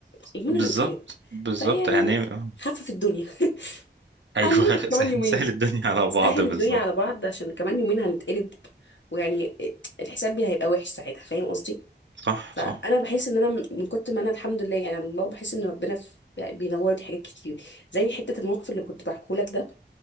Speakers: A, on the left; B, on the right.
A: يومين
B: بالظبط
A: وهنتقلب
B: بالظبط.
A: فيعني
B: يعني آه.
A: خفف الدنيا <laughs>
B: ايوه
A: هنموت
B: <laughs>
A: كمان
B: سهل
A: يومين
B: سهل الدنيا على
A: سهل
B: بعض بالظبط
A: الدنيا على بعض عشان كمان يومين هنتقلب ويعني الحساب بي هيبقى وحش ساعتها فاهم قصدي
B: صح
A: فانا
B: صح
A: بحس ان انا من كنت ما انا الحمد لله يعني على الله بحس ان ربنا في- بينور لي حاجات كتير زي حته الموقف اللي كنت بحكيه لك ده